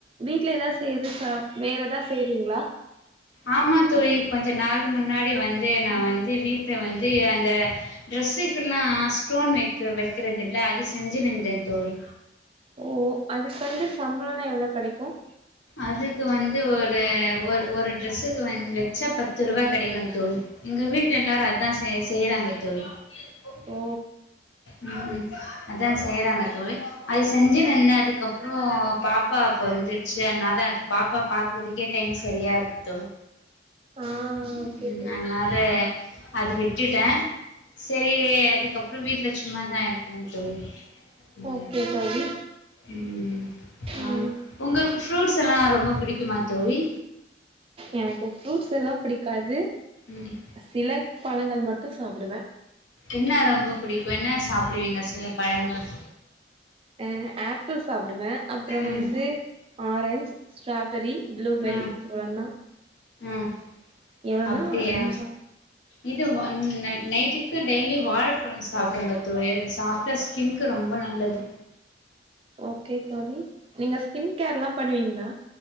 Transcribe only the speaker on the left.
ஆமா தோழி
கொஞ்ச நாள் முன்னாடி வந்து நா வந்து வீட் வந்து அந்த ட்ரெஸ்சுக்கலெல்லா ஸ்டோன் வைக்க வைக்கிறது இல்ல அது செஞ்சு நின்ந்தேன் தோழி
அதுக்கு வந்து ஒரு ஒரு ஒரு ட்ரெஸ்ஸுக்கு வந்து வச்சா பத்து ரூபாய் கிடைக்கும் தோழி எங்க வீட்டுல எல்லாரும் அதான் செய் செய்யறாங்க தோழி ஓகே
ம் ம் அதான் செய்றாங்க தோழி அது செஞ்சு நந்த அதுக்கப்புறம் பாப்பா அப்போ வந்து ச்ச அன்னால அது பாப்பா பாக்குறதுக்கே டைம் சரியா இருக்குதோ
உம்
அதனாத அது விட் விட்டுட்டேன் சேரி அதுக்கப்புறம் வீட்டுல சும்மாதான் இருக்கிறேன் தோழி ம்
ம்
ஆமா உங்களு ஃப்ரூட்ஸ் எல்லா ரொம்ப பிடிக்குமா தோழி
ம்
என்ன ரொம்ப புடிக்கும் என்ன சாப்புடுவீங்க சில பழங்கள்
ம்
ம்
ம்
அப்டியா
இது நைட்டுக்கு டெய்லி வாழைப்பழம் சாப்டுங்க தோழி சாப்ட்டா ஸ்கின்கு ரொம்ப நல்லது